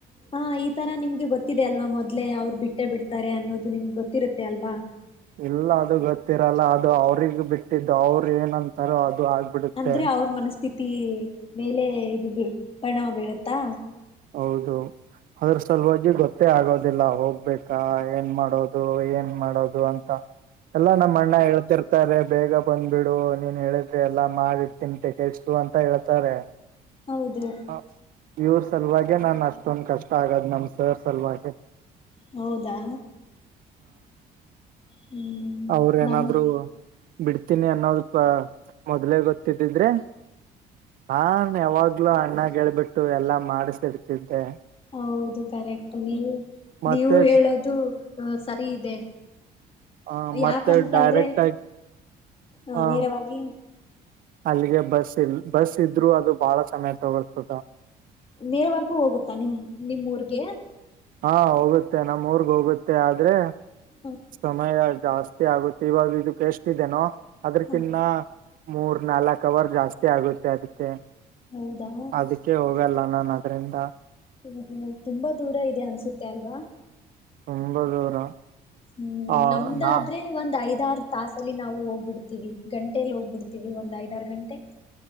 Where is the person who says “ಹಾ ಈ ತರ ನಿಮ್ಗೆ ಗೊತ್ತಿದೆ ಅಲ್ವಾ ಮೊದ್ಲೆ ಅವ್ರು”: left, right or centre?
Left